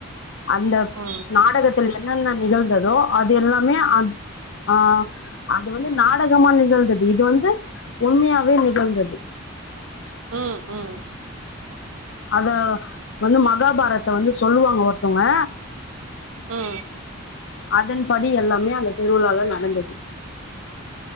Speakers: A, on the left (about 60°); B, on the right (about 85°).
A: அந்த
B: ம்
A: நாடகத்தில் என் என்னென்ன நிகழ்ந்ததோ அது எல்லா மே அஹ் ஆஹ் அது வந்து நாடகமா நிகழ்ந்தது இது வந்து உண்மையாவே நிகழ்ந்தது
B: உம் உம்
A: அத வந்து மகாபாரத்தை வந்து சொல்லுவாங்க ஒருத்தவங்க
B: ம்
A: அதன்படி எல்லாமே அந்த திருவிழால நடந்தது